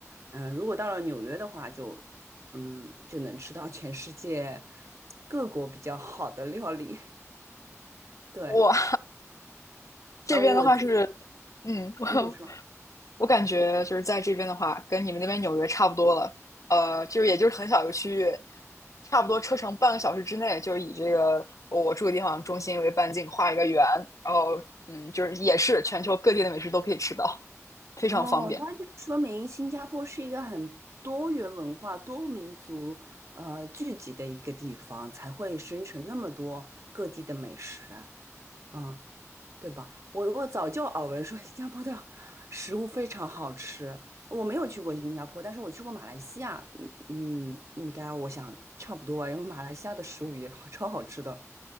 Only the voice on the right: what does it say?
嗯、呃如果到了纽约的话就，嗯就能吃到全世界各国比较好的料理。<laughs> 对，
呃，我自
你说
哦，那就说明新加坡是一个很多元文化、多民族呃聚集的一个地方，才会生成那么多各地的美食啊。嗯，对吧？我我早就耳闻说新加坡的 <laughs> 食物非常好吃，我没有去过新加坡，但是我去过马来西亚，嗯嗯，应该我想差不多吧，因为马来西亚的食物也好超好吃的。